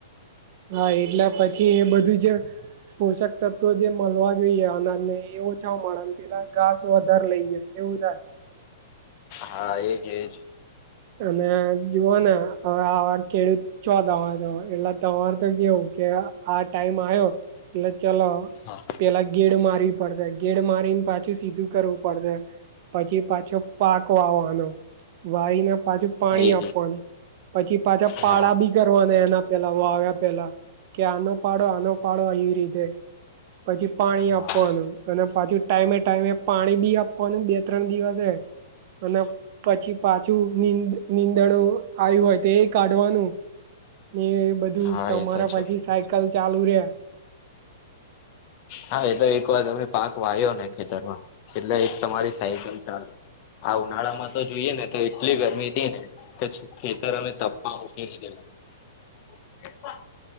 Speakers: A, on the right; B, on the left.
A: હા એટલે પછી એ બધું જ પોષક તત્વો જે મળવા જોઈએ અનાજને એવું છ મળે પેલા ઘાસ વધારે લઈ જાય એવું થાય
B: હા એજ એજ
A: અને જુઓ ને હવે આ ખેડૂત ચો દવા તો એટલા તમાર તો કેવું કે આ ટાઈમ આવ્યો એટલે ચલો
B: હા
A: પેલા ગેડ મારવી પડશે ગેડ મારીને પાછી સીધું કરવું પડશે પછી પાછો પાક વાવાનો વાય પાછુ પાણી
B: એ
A: આપવાનું પછી પાછા પાળા
B: હા
A: બી કરવાના એના પેલા વા આવ્યા પેલા કે આનો પાડો આનો પાડો એ રીતે પછી પાણી
B: હા
A: આપવાનું અને પાછું ટાઈમે ટાઈમે પાણી બી આપવાનું બે ત્રણ દિવસે અને પછી પાછું ંદ નીંદણો આવી હોય તો એ કાઢવાનું ને બધું
B: હા
A: તમારા
B: એ તો છે
A: પછી સાયકલ ચાલુ રહ્યા
B: હા એ તો એક વાર તમે પાક વા્યો ને ખેતરમાં એટલે એક તમારી સાયકલ ચાલુ આ ઉનાળામાં તો જોઈએે ને તો એટલી ગરમી હતી ને કે ખેતર અમે તપા મકી ન ગેલા <inaudible>